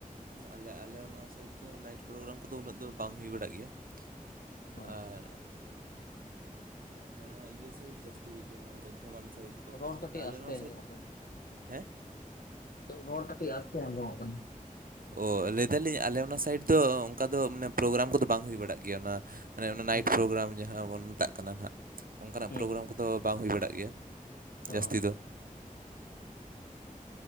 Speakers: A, on the right (about 75°); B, on the left (about 85°).
A: ᱦᱮᱸ ᱟᱞᱮ ᱟᱞᱮ ᱚᱱᱟ ᱥᱟᱭᱤᱰ ᱫᱚ ᱱᱟᱭᱤᱴ ᱯᱨᱳᱜᱨᱟᱢ ᱠᱚᱫᱚ ᱩᱱᱟᱹᱜ ᱫᱚ ᱵᱟᱝ ᱦᱩᱭ ᱵᱟᱲᱟᱜ ᱜᱮᱭᱟ ᱾
B: ᱚ
A: ᱟᱨ ᱱᱚᱜ ᱤᱭᱟᱹ ᱥᱟᱭᱤᱰ ᱡᱟᱹᱥᱛᱤ ᱦᱩᱭᱩᱜ ᱜᱮᱭᱟ ᱵᱚᱨᱫᱷᱚᱢᱟᱱ ᱥᱟᱭᱤᱰ,
B: ᱨᱚᱲ ᱠᱟᱹᱴᱤᱡ
A: ᱟᱞᱮ
B: ᱟᱥᱛᱮ
A: ᱱᱚᱣᱟ
B: ᱟᱸᱡᱚᱢᱚᱜ
A: ᱥᱟᱭᱤᱰ
B: ᱠᱟᱱᱟ
A: ᱦᱮᱸ
B: ᱨᱚᱲ ᱠᱟᱹᱴᱤᱡ ᱟᱥᱛᱮ ᱟᱸᱡᱚᱢᱚᱜ ᱠᱟᱱᱟ ᱾
A: ᱚ ᱞᱟᱹᱭ ᱫᱟᱞᱤᱧ ᱟᱞᱮ ᱚᱱᱟ ᱥᱟᱭᱤᱰ ᱫᱚ ᱚᱱᱠᱟ ᱫᱚ ᱢᱟᱱᱮ ᱯᱨᱳᱜᱨᱟᱢ ᱠᱚᱫᱚ ᱵᱟᱝ ᱦᱩᱭ ᱵᱟᱲᱟᱜ ᱜᱮᱭᱟ ᱚᱱᱟ ᱢᱟᱱᱮ ᱚᱱᱟ ᱱᱟᱭᱤᱴ
B: ᱦᱩᱸ᱾
A: ᱯᱨᱳᱜᱨᱟᱢ ᱡᱟᱦᱟᱸ ᱵᱚᱱ ᱢᱮᱛᱟᱜ ᱠᱟᱱᱟ ᱦᱟᱸᱜ ᱚᱱᱠᱟᱱᱟᱜ
B: ᱦᱩᱸ
A: ᱯᱨᱳᱜᱨᱟᱢ
B: ᱦᱩᱸ
A: ᱠᱚᱫᱚ ᱵᱟᱝ ᱦᱩᱭ ᱵᱟᱲᱟᱜ ᱜᱮᱭᱟ ᱾ ᱡᱟᱹᱥᱛᱤ
B: ᱚ
A: ᱫᱚ ᱾